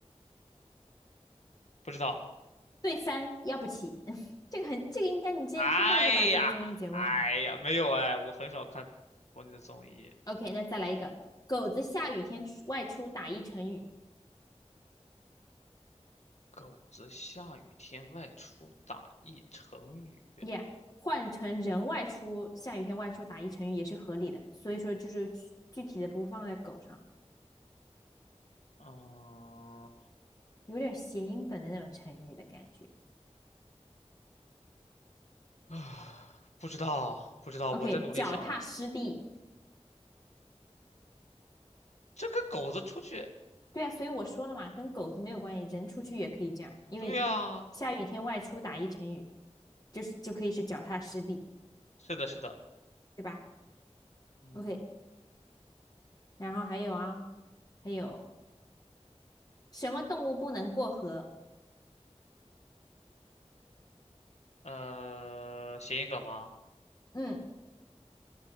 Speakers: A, on the left; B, on the left.
A: 不知道。
B: 对三，要不起。<laughs> 这个很，这个应该你之前听到过吧？
A: 哎呀，
B: 在综艺节目上。
A: 哎呀，没有哎，我很少看国内的综艺。
B: OK，那再来一个，狗子下雨天外出打一成语
A: 狗子下雨天外出打一成语，
B: ，Yeah，换成人外出，下雨天外出打一成语也是合理的。所以说就是具具体的不放在狗上。
A: 嗯，
B: 有点谐音梗的那种成语的感觉。
A: 啊，不知道，不知道，
B: OK，
A: 我在努力想了。
B: 脚踏实地，
A: 这个狗子出去，
B: 对啊，所以我说了嘛，跟狗子没有关系，人出去也可以这样，因为下雨天外出打一成语，
A: 对呀，
B: 就是就可以是脚踏实地，
A: 是的，是的，
B: 对吧
A: 嗯，
B: ？OK，然后还有啊，还有什么动物不能过河？
A: 呃，谐音梗吗？
B: 嗯，